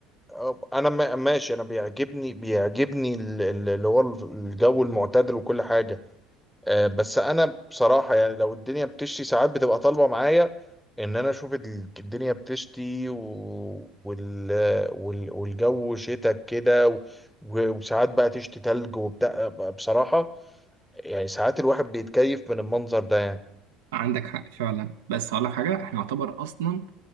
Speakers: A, in the centre; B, on the right (about 80°).
A: آه، انا ما- ماشي انا بيعجبني بيعجبني ال- ال- اللي هو الجو المعتدل وكل حاجه آه، بس انا بصراحه يعني لو الدنيا بتشتي ساعات بتبقى طالبه معايا ان انا اشوف ال- الدنيا بتشتي و- وال وال- والجو شتاء كده و- و- وساعات بقى تشتي تلج وبتاع بصراحه يعني ساعات الواحد بيتكيف من المنظر ده يعني
B: عندك حق فعلا بس هقول لك حاجه احنا يعتبر اصلا